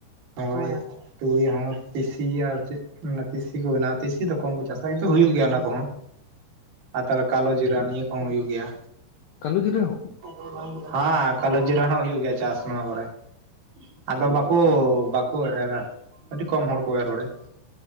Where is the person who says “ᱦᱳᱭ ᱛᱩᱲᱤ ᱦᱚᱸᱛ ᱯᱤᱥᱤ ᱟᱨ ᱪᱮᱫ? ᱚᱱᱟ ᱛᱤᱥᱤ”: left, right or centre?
Right